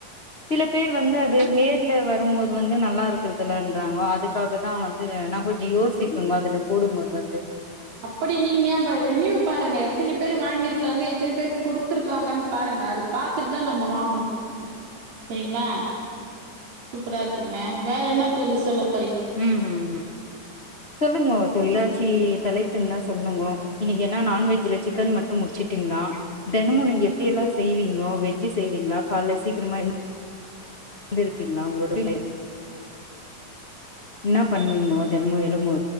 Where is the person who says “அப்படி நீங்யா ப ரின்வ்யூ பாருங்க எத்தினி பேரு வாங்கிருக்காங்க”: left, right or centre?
Right